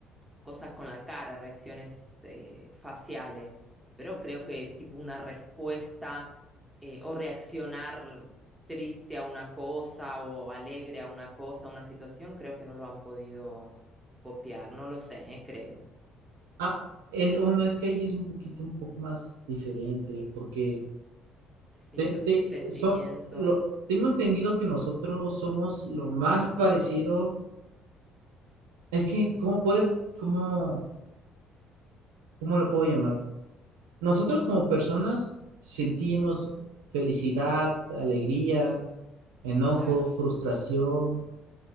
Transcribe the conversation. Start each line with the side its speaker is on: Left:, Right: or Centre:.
Centre: cosas con la cara, reacciones eh, faciales, pero creo que tipo una respuesta eh, o reaccionar triste a una cosa o alegre a una cosa, a una situación, creo que no lo han podido copiar, no lo sé, eh, creo.
Right: Ah, es, bueno, es que allí es un poquito, un poco más diferente, porque
Centre: Sí,
Right: te-
Centre: los
Right: te-
Centre: sentimientos,
Right: so- lo- tengo entendido que nosotros somos lo más parecido. Es que,
Centre: mm,
Right: ¿cómo puedes, cómo, cómo lo puedo llamar? Nosotros como personas sentimos felicidad, alegría, enojo,
Centre: claro,
Right: frustración.